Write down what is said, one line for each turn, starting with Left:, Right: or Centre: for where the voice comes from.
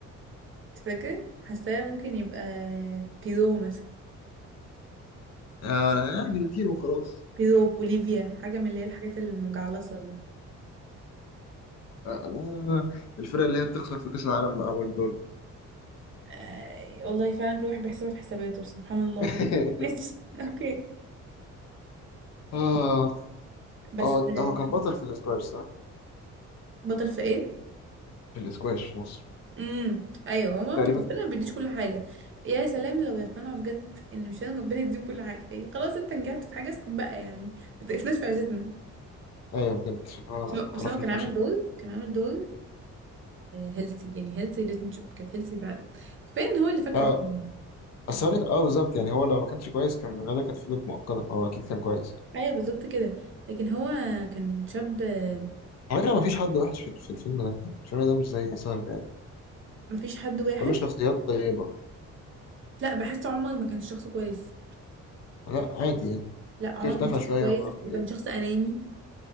Right: انت فاكر حاساه ممكن يبقى بيرو مثلا
Left: آه يعني لاتينو وخلاص
Right: بيرو بوليفيا حاجة من اللي هي الحاجات المجعلصة دي
Left: آه، الفرقة اللي هي بتخسر في كأس العالم أول دور دي
Right: آه والله فعلا كل واحد بيحسبها في حساباته سبحان الله
Left: <laughs>
Right: والله ماشي <laughs> اوكي
Left: اه
Right: بس
Left: اه
Right: آه،
Left: هو كان بطل في الاسكواش صح؟
Right: بطل في ايه
Left: في الاسكواش في مصر
Right: امم ايوه هو ما-
Left: تقريبا
Right: ربنا
Left: كان
Right: ما بيديش
Left: هو.
Right: كل حاجه يا سلام لو يقتنعوا بجد ان مش لازم ربنا يديهم كل حاجه يعني خلاص انت نجحت في حاجه اسكت بقى يعني ما تقفناش في عزتنا
Left: ايوه بجد عشان هو
Right: بس هو بس
Left: عرفني
Right: هو كان
Left: فشت
Right: عامل دور كان عامل دور هيلثي يعني هيلثي ريليشنشيب كانت هيلثي فعلا كفايه ان هو اللي فاكره
Left: اه
Right: عقلي.
Left: بس هقول لك اه بالظبط يعني هو لو ما كانش كويس كان غالبا كان فضلت مؤقتة فهو اكيد كان كويس
Right: ايوه بالظبط كده لكن هو كان شاب آه،
Left: على فكرة ما فيش حد وحش في في الفيلم ده يعني الفيلم ده مش زي سهر ده يعني
Right: مفيش حد وحش
Left: كل شخصيات طيبة
Right: لا بحس عمر ما كانش شخص كويس
Left: لا عادي يعني
Right: لا عمر
Left: كل اختفى
Right: ما كان شخص
Left: شوية
Right: كويس
Left: ما اعرفش
Right: وكان
Left: ايه
Right: شخص اناني